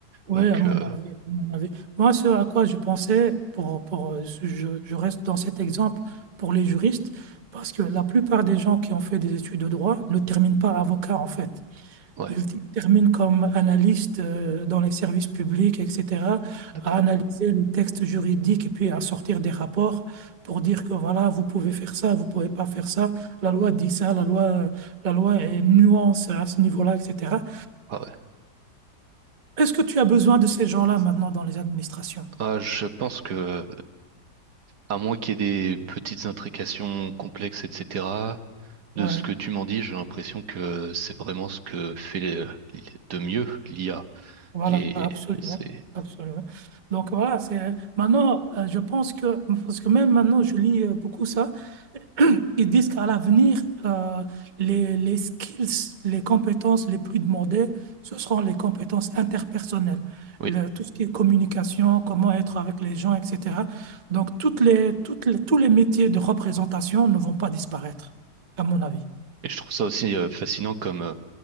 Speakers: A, on the right; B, on the right.
A: ouais,
B: Donc,
A: à mon
B: euh,
A: avis, à mon avis. Moi, ce à quoi je pensais, pour, pour, euh, ce- je, je reste dans cet exemple pour les juristes, parce que la plupart des gens qui ont fait des études de droit ne terminent pas avocat, en fait.
B: ouais,
A: Il, il termine comme analyste euh, dans les services publics, etc.,
B: d'accord.
A: à analyser les textes juridiques et puis à sortir des rapports pour dire que voilà, vous pouvez faire ça, vous pouvez pas faire ça. La loi dit ça, la loi, la loi est nuance à ce niveau-là, etc.
B: Ah ouais.
A: Est-ce que tu as besoin de ces gens-là maintenant dans les administrations?
B: Ah, je pense que, à moins qu'il y ait des petites intrications complexes, etc., de
A: Ouais,
B: ce que tu m'en dis, j'ai l'impression que c'est vraiment ce que fait les- de mieux l'IA.
A: voilà,
B: Les,
A: absolument,
B: c'est,
A: absolument. Donc voilà, c'est maintenant, euh, je pense que parce que même maintenant, je lis euh, beaucoup ça. Ils disent qu'à l'avenir, euh, les, les skills, les compétences les plus demandées, ce seront les compétences interpersonnelles.
B: oui.
A: Le- tout ce qui est communication, comment être avec les gens, etc. Donc, toutes les, toutes les- tous les métiers de représentation ne vont pas disparaître, à mon avis.
B: Et je trouve ça aussi euh, fascinant comme euh,